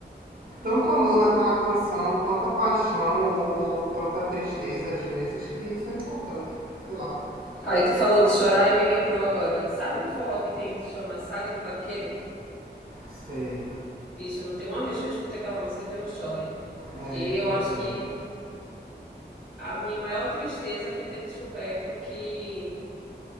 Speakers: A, on the right; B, in the centre.
A: tanto amor naquela canção, tanta paixão ou, ou tanta tristeza às vezes que isso é importante, sei lá.
B: Aí tu falou
A: E
B: de
A: eu
B: chorar e me lembrou agora. Sabe um forró que tem, chama Saga do Vaqueiro?
A: sei,
B: Bicho, não tem uma vez que eu escutei aquela música que eu não chore.
A: é,
B: E
A: eu
B: eu
A: também.
B: acho que a minha maior tristeza foi ter descoberto que